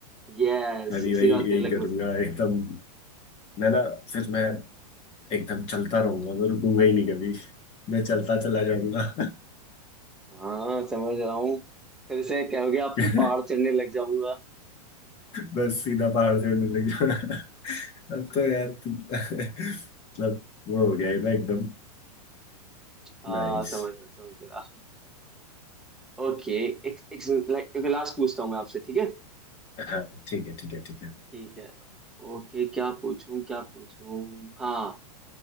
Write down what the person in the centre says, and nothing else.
यस
इसी
बात के
अलग
मजे
हाँ समझ रहा हूँ फिर से कहोगे आपकी
पहाड़ चढ़ने लग जाऊंगा <laughs>
हाँ
समझ रहा समझ रहा ओके एक एक लाइक लास्ट पूछता हूँ मैं आपसे ठीक है
ठीक है ओके क्या पूछूं क्या पूछूं हाँ